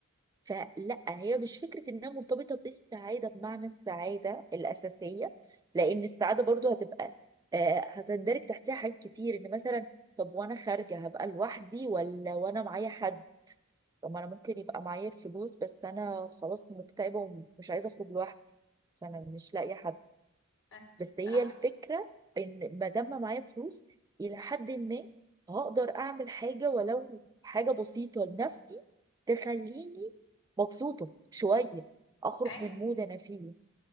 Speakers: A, on the right (about 15°); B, on the left (about 85°).
A: فلا هي مش فكرة إنها مرتبطة بالسعادة بمعنى السعادة الأساسية لأن السعادة برضو هتبقى آه، هتندرج تحتها حاجات كتير إن مثلا طب وأنا خارجة هبقى لوحدي ولا وأنا معايا حد؟ طب ما أنا ممكن يبقى معايا الفلوس بس أنا خلاص مكتئبة ومش عايزة أخرج لوحدي فأنا مش لاقية حد
B: أيوة،
A: بس
B: صح
A: هي الفكرة ان ما دام معايا فلوس الى حد ما هقدر اعمل حاجة ولو حاجة بسيطة لنفسي تخليني مبسوطة شوية اخرج
B: ايوه
A: من مود انا فيه